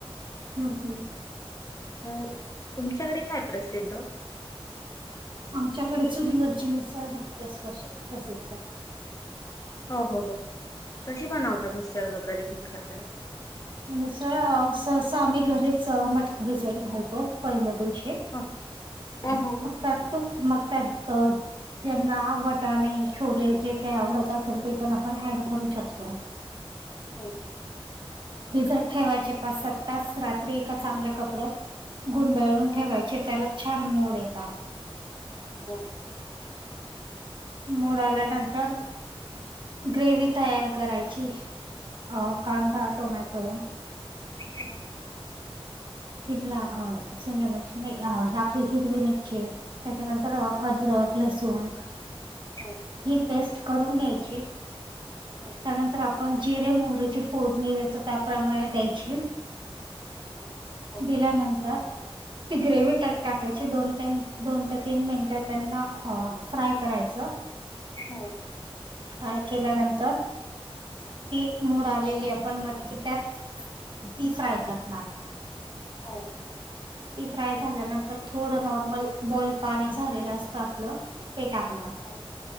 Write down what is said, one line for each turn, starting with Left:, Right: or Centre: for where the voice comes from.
Right: हम हम
Left: हो तुमच्याकडे काय प्रसिद्ध
Right: आमच्याकडे चुलीवरची मिसळ बघते स् प्रसिद्ध
Left: हो हो हो कशी बनवता मिसळ वगैरे तुमच्याकडे
Right: मिसळ ससं आम्ही घरीच मट विजिट घालतो पहिल्या दिवशी
Left: हा ह ह ह
Right: त्यातू मग त्यात त्यांना वटाणे छोले जे काही आवडत असेल ते पण आपण ऍड करू शकतो
Left: हो हो
Right: भिजत ठेवायचे पाच सात तास रात्री एका चांगल्या कपड्यात गुंडाळून
Left: हो,
Right: ठेवायचे
Left: हो.
Right: त्याला छान मोड येतात
Left: हो
Right: मूड आला नंतर ग्रेवी तयार करायची कांदा टोमॅटो
Left: ह
Right: शिमला अ शिमला मिर्ची नाही अ हली हिरवी मिर्ची त्याच्यानंतर अद्रक लसूण
Left: हो
Right: ही पेस्ट करून घ्यायची
Left: हो
Right: त्यानंतर आपण जिरे मोहरीची फोडणी देतो त्याप्रमाणे द्यायची
Left: हो हो हो
Right: दिल्यानंतर ती ग्रेवी टाकायची दोन तीन दोन ते तीन मिनिटं त्यांना फ्राय करायचं
Left: हो
Right: काय केल्यानंतर ती मूड आलेली आपण मटकी त्यात ती फ्राय करणार
Left: हो
Right: ती फ्राय झाल्यानंतर थोडं नॉर्मल बॉइल पाणी झालेलं असतं आपलं ते टाकणार
Left: हो